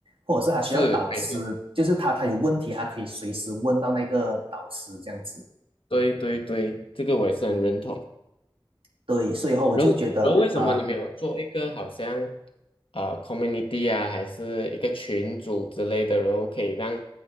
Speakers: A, on the right; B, on the left.
A: 或者是他需要导师，
B: 是，没错，
A: 就是他他有问题，他可以随时问到那个导师这样子。
B: 对对对，这个我也是很认同。
A: 对，所以后我就觉得，
B: 然后然后为什么你没有做一个好像？
A: 呃，
B: 呃 community 啊，还是一个群组之类的，然后可以让